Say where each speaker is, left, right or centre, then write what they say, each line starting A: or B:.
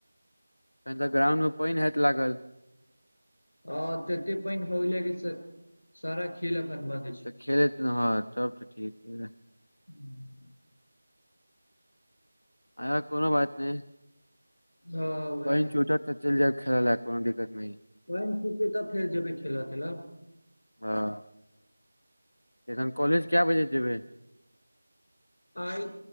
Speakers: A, on the left (about 80°); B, on the left (about 65°).
A: तऽ ग्राउंड मे पानि हैत लागल?
B: अ तते पानि भ गेले कि सारा खेल एखन बंन्द छैय।
A: तऽ खेलैत ने ह सब तऽ ठीके या।
B: हू
A: आ कोनो बात नहि।
B: हँ वएह
A: पानि छूटत तऽ चलि जायब खेल लए कोनो दिक्त नहि।
B: पानि छूटतै तब फेर जेबै खेल तेल ल।
A: हँ एखन कॉलेज कए बजे जेबै?
B: आय